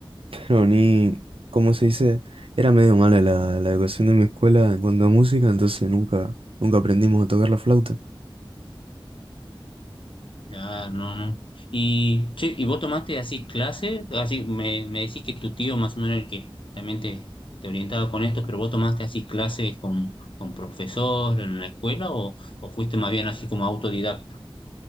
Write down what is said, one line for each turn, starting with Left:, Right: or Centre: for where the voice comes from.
Right: Pero ni, como se dice, era medio mala la, la educación de mi escuela en cuanto a música, entonces nunca, nunca aprendimos a tocar la flauta.
Left: claro no, no. Y, che, ¿y vos tomaste así clases? Así me, me decís que tu tío más o menos el que también te, te orientaba con esto, pero vos tomaste así clases con, con profesor en la escuela o, o fuiste más bien así como autodidacta?